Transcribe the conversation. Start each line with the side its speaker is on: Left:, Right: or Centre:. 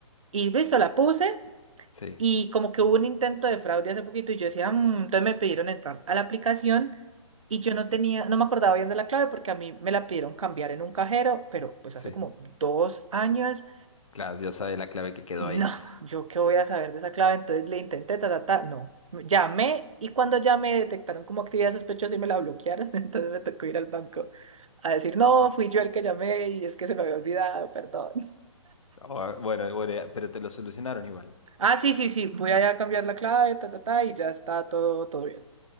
Right: Y listo, la puse.
Left: sí,
Right: Y como que hubo un intento de fraude hace poquito y yo decía, "Mm", entonces me pidieron entrar a la aplicación y yo no tenía, no me acordaba bien de la clave porque a mí me la pidieron cambiar en un cajero, pero pues
Left: sí.
Right: hace como dos años,
Left: Claro, Dios sabe la clave que quedó
Right: no,
Left: ahí. <laughs>
Right: yo qué voy a saber de esa clave, entonces le intenté, ta, ta, ta, no. Llamé y cuando llamé detectaron como actividad sospechosa y me la bloquearon, <laughs> entonces me tocó ir al banco a decir, no,
Left: Ok.
Right: fui yo el que llamé y es que se me había olvidado, perdón.
Left: Ah, bueno, bueno, ya, pero te lo solucionaron igual.
Right: Ah, sí, sí, sí, fui allá a cambiar la clave, ta, ta, ta, y ya está todo, todo bien.